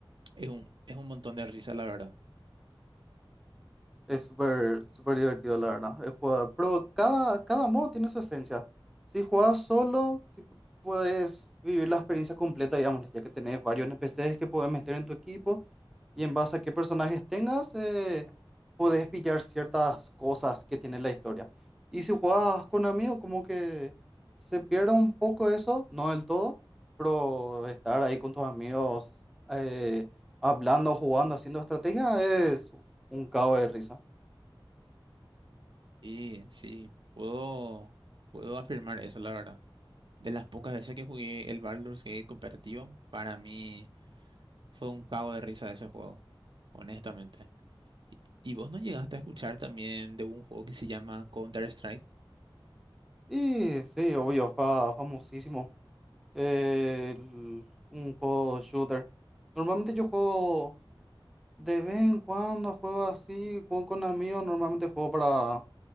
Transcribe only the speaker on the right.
es un, es un montón de risa, la verdad.
Y sí, puedo, puedo afirmar eso, la verdad. De las pocas veces que jugué el Baldur's Gate cooperativo, para mí fue un cago de risa ese juego, honestamente. ¿Y vos no llegaste a escuchar también de un juego que se llama Counter-Strike?